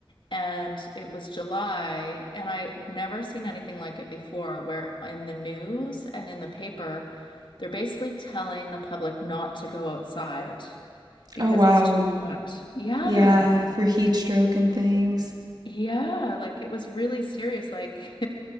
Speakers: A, on the left; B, on the right.
A: and it was July, and I've never seen anything like it before, where in the news and in the paper, they're basically telling the public not to go outside because
B: Oh, wow.
A: it's too hot. Yeah.
B: Yeah, for heat stroke and things.
A: Yeah, like it was really serious. Like